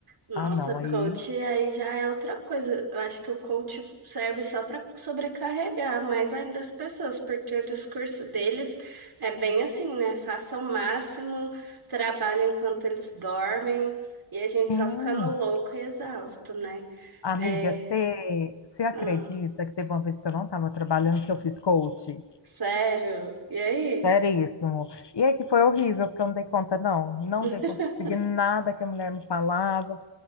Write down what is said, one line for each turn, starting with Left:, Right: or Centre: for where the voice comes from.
Right: Nossa,
Left: ah, não,
Right: coach
Left: aí
Right: aí já é outra coisa. Eu acho que o coach serve só para sobrecarregar mais ainda as pessoas, porque o discurso deles é bem assim, né? Façam o máximo, trabalhem enquanto eles dormem, e a gente
Left: sim.
Right: só ficando louco e exausto, né?
Left: Amiga,
Right: É,
Left: você você acredita
Right: ah,
Left: que teve uma vez que eu não estava trabalhando que eu fiz coach?
Right: sério. E aí?
Left: Seríssimo. E aí que foi horrível, porque eu não dei conta, não. Não
Right: <laughs>
Left: dei conta de seguir nada que a mulher me falava.